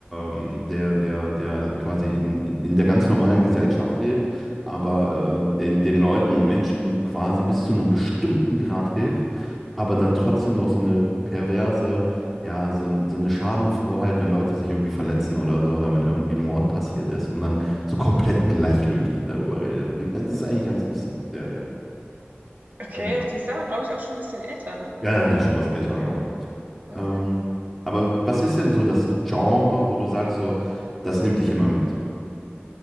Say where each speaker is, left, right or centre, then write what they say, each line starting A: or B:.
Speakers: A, in the centre; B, on the right.
A: ähm, der, der, der quasi in, in, in der ganz normalen Gesellschaft lebt, aber äh, den, den Leuten und Menschen quasi bis zu einem bestimmten Grad hilft, aber dann trotzdem noch so eine perverse, ja, so, ein- so eine Schadenfrohheit, wenn Leute sich irgendwie verletzen oder so, oder wenn irgendwie ein Mord passiert ist und dann so komplett gleichgültig darüber redet. Das ist eigentlich ganz lustig, die Serie.
B: Okay,
A: Mhm.
B: die ist aber, glaube ich, auch schon ein bisschen älter, ne?
A: Ja, ja, die ist schon was älter. ja.
B: Okay.
A: Ähm, aber was ist denn so das Genre, wo du sagst, so, das nimmt dich immer mit?